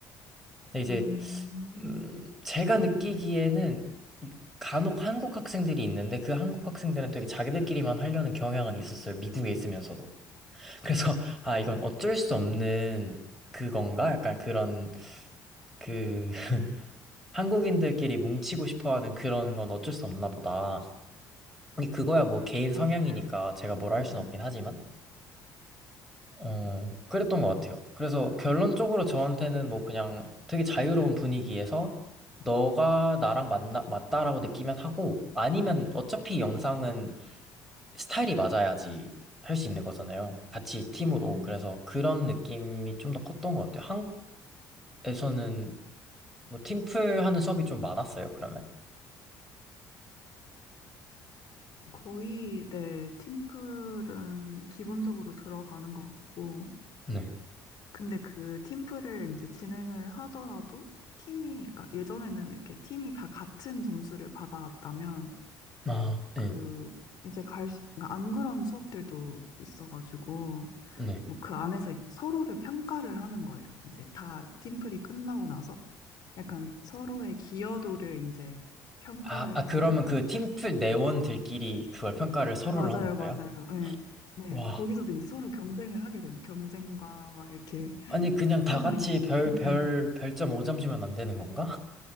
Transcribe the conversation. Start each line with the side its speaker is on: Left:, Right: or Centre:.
Centre: 근데 이제
Left: 음,
Centre: 음, 제가 느끼기에는 이- 간혹 한국 학생들이 있는데 그 한국 학생들은 되게 자기들끼리만 하려는 경향은 있었어요. 미국에 있으면서도. 그래서 <laughs> 아 이건 어쩔 수 없는 그건가? 약간 그런 그 <laughs> 한국인들끼리 뭉치고 싶어하는 그런 건 어쩔 수 없나 보다. 근데 그거야 뭐 개인 성향이니까
Left: 맞아요.
Centre: 제가 뭐라 할 수는
Left: 음,
Centre: 없긴 하지만. 어, 그랬던 것 같아요. 그래서 결론적으로 저한테는 뭐 그냥 되게 자유로운 분위기에서 너가 나랑 맞나, 맞다라고 느끼면 하고 아니면 어차피 영상은 스타일이 맞아야지 할 수 있는 거잖아요. 같이 팀으로.
Left: 음,
Centre: 그래서 그런 느낌이 좀 더 컸던 것 같아요. 한국에서는 뭐 팀플 하는 수업이 좀 많았어요, 그러면.
Left: 거의, 네, 팀플은 기본적으로 들어가는 것 같고,
Centre: 네.
Left: 근데 그 팀플을 이제 진행을 하더라도 팀이, 그러니까 예전에는 이렇게 팀이 다 같은 점수를 받아왔다면
Centre: 아, 네.
Left: 그 이제 갈, 수- 그러니까 안 그런 수업들도 있어가지고
Centre: 네.
Left: 뭐 그 안에서 이제 서로를 평가를 하는 거예요. 이제 다 팀플이 끝나고 나서 약간 서로의 기여도를 이제 평가를
Centre: 아, 아, 그러면
Left: 하고
Centre: 그 팀플 내원들끼리 그걸 평가를 서로를
Left: 맞아요,
Centre: 하는 거예요?
Left: 맞아요. 네. 네.
Centre: 와.
Left: 거기서도 이제 서로 경쟁을 하게 되는 경쟁과 막 이렇게
Centre: 아니, 그냥 다
Left: 해서
Centre: 같이
Left: 이제
Centre: 별, 별,
Left: 네.
Centre: 별점 오 점 주면 안 되는 건가?